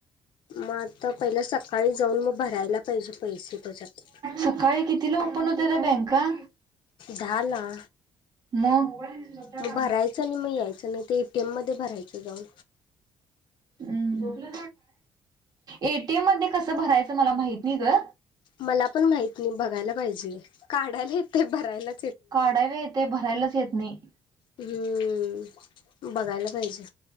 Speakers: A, on the left; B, on the right.
A: म आता पहिलं सकाळी जाऊन म भरायला पाहिजे पैसे त्याज्यात
B: सकाळी कितीला ओपन होते ग बँका?
A: दहा ला
B: म मोबाईल सध्या
A: मग
B: कामाचं
A: भरायचं आणि म यायचं नाय त ए टी एम मध्ये भरायचं जाऊन.
B: हम्म ए टी एम मध्ये कस भरायचं मला माहत नाही ग
A: मला पण माहत नाय बघायला पाहिजे काढायला येतय भरायला
B: काढायला येतय भरायलाच येत नाही.
A: हम्म बघायला पाहिजे